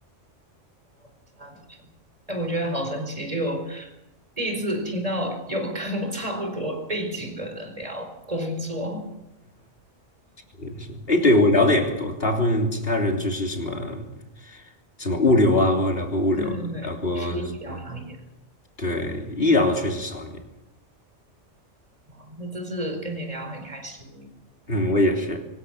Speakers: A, on the right; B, on the left.
A: 哦这样子分。哎，我觉得好神奇，就有第一次听到有跟我差不多背景的人聊工作。
B: 也是。哎，对，我聊的也不多，大部分其他人就是什么什么物流啊，我有聊过物流的，
A: 对对对，
B: 聊过什么，
A: 非医疗行业的。
B: 对，医疗的确实少一点。
A: 好，那这次跟你聊很开心。
B: 嗯，我也是。